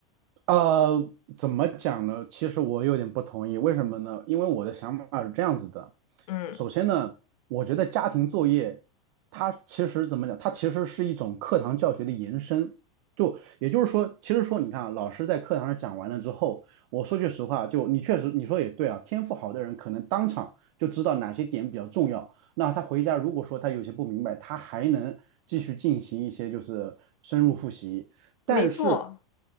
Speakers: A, on the right (about 50°); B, on the left (about 80°).
A: 呃，怎么讲呢？其实我有点不同意，为什么呢？因为我的想法是这样子的。
B: 嗯，
A: 首先呢，我觉得家庭作业它其实怎么讲？它其实是一种课堂教学的延伸。就也就是说，其实说你看啊老师在课堂上讲完了之后，我说句实话，就你确实你说也对啊，天赋好的人可能当场就知道哪些点比较重要。那他回家如果说他有些不明白，他还能继续进行一些就是深入复习。
B: 没错。
A: 但是